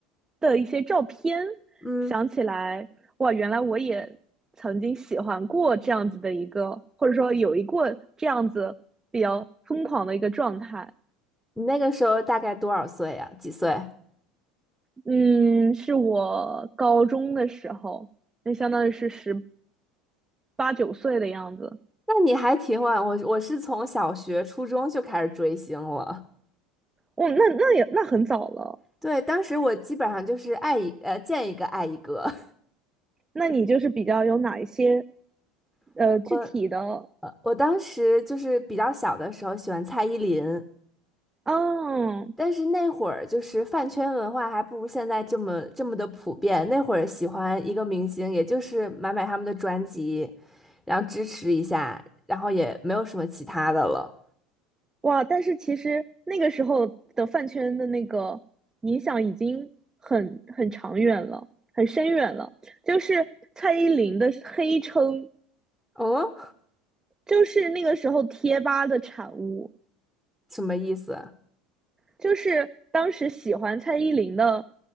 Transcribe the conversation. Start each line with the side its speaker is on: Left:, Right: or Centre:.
Right: 的一些照片，
Centre: 嗯，
Right: 想起来，哇，原来我也曾经喜欢过这样子的一个，或者说有一过这样子比较疯狂的一个状态。
Centre: 你那个时候大概多少岁呀？几岁？
Right: 嗯，是我高中的时候，那相当于是十八九岁的样子。
Centre: 那你还挺晚，我我是从小学、初中就开始追星了。
Right: 哦，那那也那很早了。
Centre: 对，当时我基本上就是爱一呃见一个爱一个。
Right: 那你就是比较有哪一些
Centre: <laughs>
Right: 呃具体的？
Centre: 我呃我当时就是比较小的时候喜欢蔡依林，
Right: 嗯，
Centre: 但是那会儿就是饭圈文化还不如现在这么这么的普遍。那会儿喜欢一个明星，也就是买买他们的专辑，然后支持一下，然后也没有什么其他的了。
Right: 哇！但是其实那个时候的饭圈的那个影响已经很很长远了，很深远了。就是蔡依林的黑称，
Centre: 哦，
Right: 就是那个时候贴吧的产物，
Centre: 什么意思？
Right: 就是当时喜欢蔡依林的